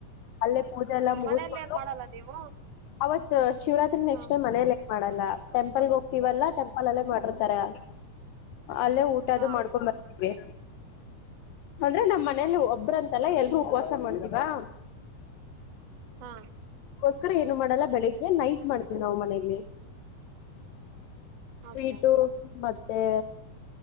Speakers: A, on the left; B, on the right.
A: ಅಲ್ಲೇ ಪೂಜಾ ಎಲ್ಲಾ ಮುಗಿಸಕೊಂಡು.
B: ಮನೇಲಿ ಏನ್ ಮಾಡಲ್ಲ ನೀವು
A: ಅವತ್ ಶಿವರಾತ್ರಿ ನೆಕ್ಸ್ಟ್
B: ಹಾ
A: ಟೈಮ್ ಮನೇಲೆ. ಮಾಡಲ್ಲ ಟೆಂಪಲ್ ಹೋಗ್ತೀವಲ್ಲಾ ಟೆಂಪಲ್ ಅಲ್ಲೇ ಮಾಡಿರ್ತಾರೆ. ಅಲ್ಲೇ ಊಟ
B: ಹಾ
A: ಅದು ಮಾಡ್ಕೊಂಡ್ ಬರ್ತಿವಿ. ಅಂದ್ರೆ ನಮ್ಮ ಮನೇಲಿ ಒಬ್ರಂತಲ್ಲ ಎಲ್ರೂ ಉಪವಾಸ ಮಾಡ್ತೀವಾ.
B: ಹಾ.
A: ಕೋಸ್ಕರ ಏನು ಮಾಡಲ್ಲ ಬೆಳಿಗ್ಗೆ ನೈಟ್ ಮಾಡ್ತೀವಿ ನಾವ್ ಮನೇಲಿ. ಸ್ವೀಟು
B: ಓಕೆ
A: ಮತ್ತೆ.